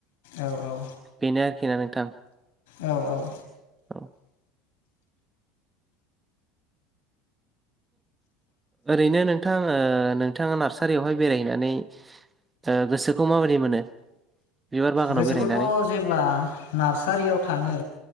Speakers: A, on the left; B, on the right.
A: औ औ
B: बेनो आरोखि ना नोंथां
A: औ औ
B: औ ओरैनो नोंथां ओ नोंथाङा नार्सारियावहाय बेरायहैनानै ओ गोसोखौ माबोरै मोनो बिबार बागानाव
A: गोसोखौथ
B: बेरायनानै
A: जेब्ला नार्सारियाव थाङो